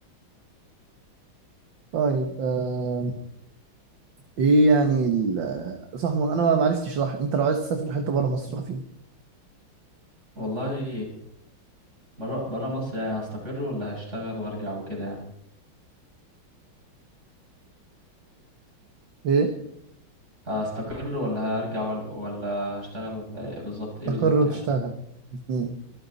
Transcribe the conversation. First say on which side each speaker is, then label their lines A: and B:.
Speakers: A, on the right (about 60°); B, on the right (about 30°).
A: <laughs> طيب آه. إيه يعني ال- صح ما أنا ما عرفتش صح أنت لو عايز تسافر حتة بره مصر روح فين؟
B: والله برا برا مصر يعني هستقر ولا هشتغل وارجع وكده يعني
A: ايه
B: هستقر ولا هرجع ولا, ولا هشتغل ولا ايه بالظبط ايه
A: تستقر
B: بالظبط
A: وتشتغل
B: يعني
A: الاثنين